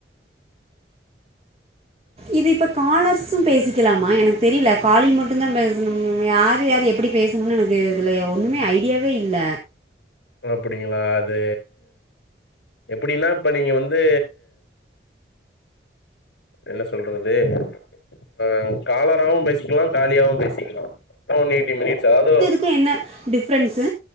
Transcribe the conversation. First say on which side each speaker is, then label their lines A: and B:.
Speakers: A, on the right; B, on the left.
A: இது இப்ப காலர்ஸ்சும் பேசிக்கலாமா எனக்கு தெரில காலி மட்டுந்தா பேசணும் யாரு யாரு எப் எப்பிடி பேசுணும்னு எனக்கு இதில ஒன்னுமே ஐடியாவே இல்ல
B: ஓ அப்படிங்களா அது எப்படின்னா இப்ப நீங்க வந்து என்ன சொல்றது அ காலராவு பேசிக்கலா காலியாவு பேசிக்கலா எப்ப ஒன் எய்ட்டி மினிட்ஸ் ஆதோ
A: து என்ன டிஃப்ரென்ஸ்சு